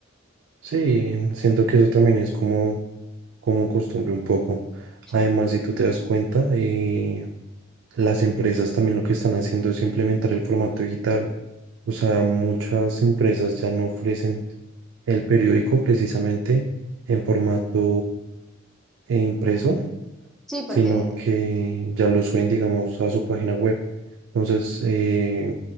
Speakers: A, on the right (about 65°); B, in the centre.
A: Sí, siento que eso también es como, como costumbre un poco.
B: Sí.
A: Además, si tú te das cuenta, eh, las empresas también lo que están haciendo es implementar el formato digital. O sea, muchas empresas ya no ofrecen el periódico precisamente en formato e impreso,
B: Sí, porque
A: sino que ya lo suben, digamos, a su página web. Entonces, eh,